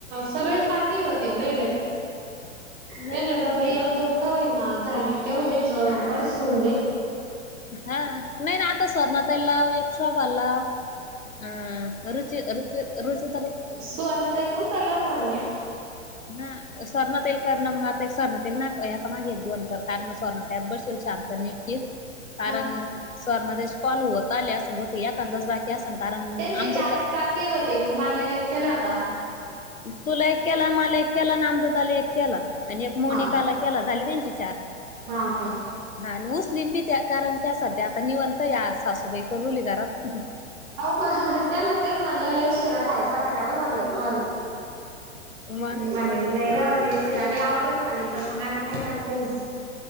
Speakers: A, on the right; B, on the left.
A: सगळेच बाकी होते मय ल.
B: नाही
A: पेनल्या
B: ना
A: जाऊ एक दोन का बा आहे ना झाले तेवढेच बर सजे <unintelligible>
B: हा नाही ना आता स्वर्णातई लाव एक शोभा ला लाव. अह रुचि रुचिऋचि तरी
A: सुवर्णातयतव चलत वनम्या.
B: हा स्वर्णातईल कर ना मग आता स्वर्णातई येईल ना मागे एक दोन कर कारण स्वर्णतत बसेल शांत. तर नटकीस.
A: ह.
B: कारण स्वर म कॉल होत आले अस ब एखंदाच बाकी असल कारण.
A: त्यांचे
B: अमृता
A: चारच बाकी होते मग मला एक केलं होता.
B: तुला एक केला मला एक केला अन् आमृता ली एक केला. आणि एक मोनिकाला
A: हा
B: केला झाली त्यांची चार.
A: हा का.
B: हा उऊसलीन बी त्या कारण त्या सध्या आता नीवंत या सासू बेकर रुली घरात.
A: अ का त्यांना तेच म्हणलं लई शिरा खायचा होता का म्हणल तुम्हाला.
B: मग
A: म्हणे नाही ग म्हणे शिराणी आवडत म्हणे पण मग आता काय करते.